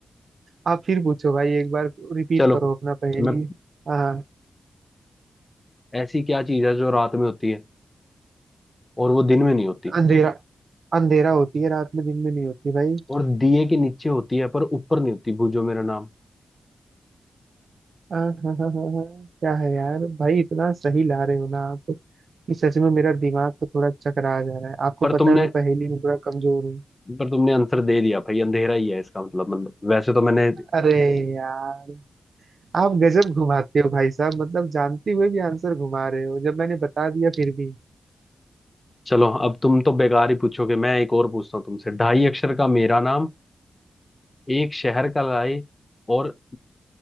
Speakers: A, on the right; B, on the left.
A: आप फिर पूछो भाई एक बार रिपीट
B: चलो
A: करो अपना पहेली
B: मैं
A: हाँ
B: ऐसी क्या चीज है जो रात में होती है और वो दिन में नहीं होती
A: अंधेरा अंधेरा होती है रात में दिन में नहीं होती भाई
B: और दिए के नीचे होती है पर ऊपर नहीं होती बूझो मेरा नाम
A: हाँ हाँ हाँ हाँ हाँ, क्या है यार भाई इतना सही ला रहे हो ना आप कि सच में मेरा दिमाग तो थोड़ा चकरा जा रहा है आपको
B: पर
A: पता
B: तुमने
A: है मैं पहेली में थोड़ा कमजोर हूँ
B: पर तुमने आंसर दे दिया भाई अंधेरा ही है इसका मतलब मतलब वैसे तो मैंने
A: अरे यार आप गजब घुमाते हो भाई साहब मतलब जानते हुए भी आंसर घुमा रहे हो जब मैंने बता दिया फिर भी
B: चलो अब तुम तो बेकार ही पूछोगे मैं एक और पूछता हूँ तुमसे ढाई अक्षर का मेरा नाम एक शहर का लाए और